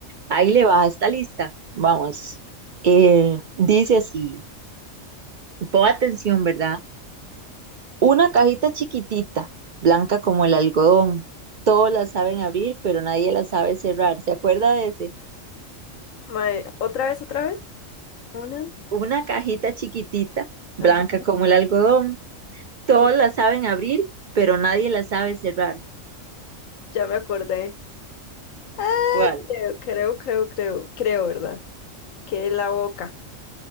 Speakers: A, on the right; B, on the left.
A: ahí le va esta lista. Vamos. Eh, dice así, pon atención, ¿verdad? Una cajita chiquitita, blanca como el algodón. Todos la saben abrir, pero nadie la sabe cerrar. ¿Se acuerda de ese?
B: Mae, ¿otra vez, otra vez? Una.
A: Una cajita chiquitita, blanca
B: Ajá.
A: como el algodón. Todos
B: dos.
A: la saben abrir, pero nadie la sabe cerrar.
B: Ya me acordé. Ah,
A: ¿Cuál?
B: creo, creo, creo, creo, creo, ¿verdad? que la boca.